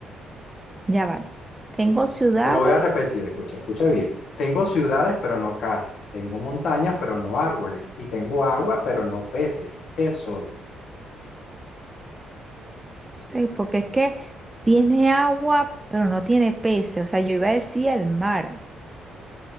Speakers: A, on the right; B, on the left.
A: ya va. Tengo ciudades,
B: Te lo voy a repetir, escucha, escucha bien. Tengo ciudades, pero no casas. Tengo montañas, pero no árboles. Y tengo agua, pero no peces. ¿Qué soy?
A: sí, porque es que tiene agua, pero no tiene peces. O sea, yo iba a decir el mar,